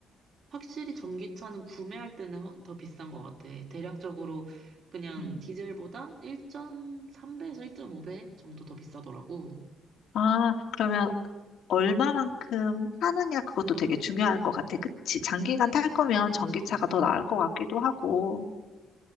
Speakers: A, on the right; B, on the left.
A: 확실히 전기차는 구매할 때는 허- 더 비싼 것 같아. 대략적으로 그냥
B: 음.
A: 디젤보다 1.3배에서 1.5배 정도 더 비싸더라고.
B: 아, 그러면 얼마만큼 타느냐 그것도 되게 중요할 것 같아. 그치? 장기간 탈 거면
A: 맞아,
B: 전기차가
A: 맞아.
B: 더 나을 것 같기도 하고.